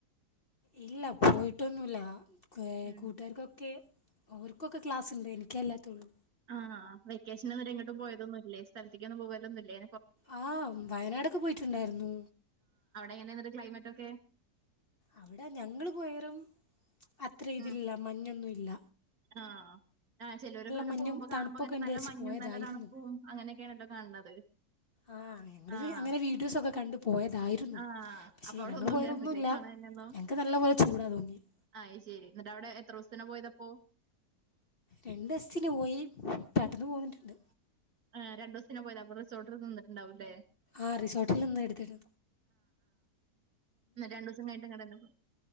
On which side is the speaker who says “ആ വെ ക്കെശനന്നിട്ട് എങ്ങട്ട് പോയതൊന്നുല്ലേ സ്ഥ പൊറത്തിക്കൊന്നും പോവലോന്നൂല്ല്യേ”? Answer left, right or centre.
Right